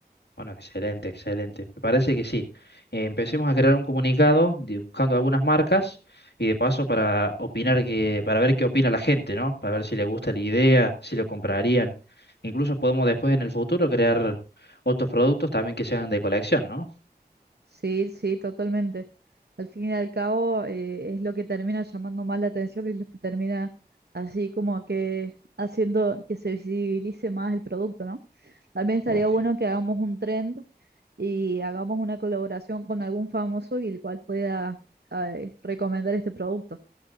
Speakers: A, on the left; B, on the right.
A: Bueno, excelente, excelente. Me parece que sí. Eh, empecemos a crear un comunicado de- buscando algunas marcas y de paso para opinar que, para ver qué opina la gente, ¿no? Para ver si le gusta la idea, si lo comprarían. Incluso podemos después en el futuro crear otros productos también que sean de colección, ¿no?
B: Sí, sí, totalmente. Al fin y al cabo, eh, es lo que termina llamando más la atención y es lo que termina así como que haciendo que se visibilice más el producto, ¿no? También estaría
A: Ok.
B: bueno que hagamos un trend y hagamos una colaboración con algún famoso y el cual pueda eh, recomendar este producto.